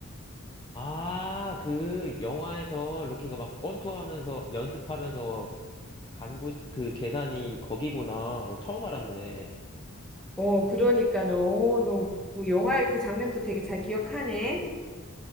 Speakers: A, on the left; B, in the centre.
A: 아, 그 영화에서 로키가 막 권투하면서 연습하면서 간 곳 그 계단이 거기구나. 너 처음 알았네.
B: 어, 그러니까는, 어, 너, 그 영화의 그 장면도 되게 잘 기억하네.